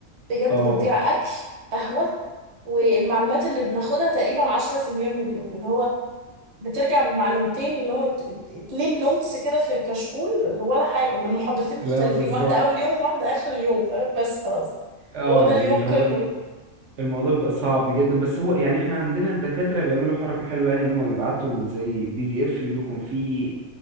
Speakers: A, on the right; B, on the right.
A: بجد
B: اه
A: بتضيع اكل قهوه والمعلومات اللي بناخدها تقريبا 10% من اليوم اللي هو بترجع بمعلومتين اللي هو ت- ت- اتنين نوتس كده في الكشكول ولا حاجة من محاضرتين مختلفين
B: لا بالظبط
A: واحدة أول يوم وواحدة آخر اليوم فاهم بس خلاص
B: اه
A: هو ده
B: يعني
A: اليوم
B: اللي
A: كله
B: هو الم- الموضوع بيبقى صعب جدا بس هو يعني احنا عندنا الدكاترة بيعملوا حركة حلوة يعني ان هم بيبعتوا زي بي دي اف بيكون فيه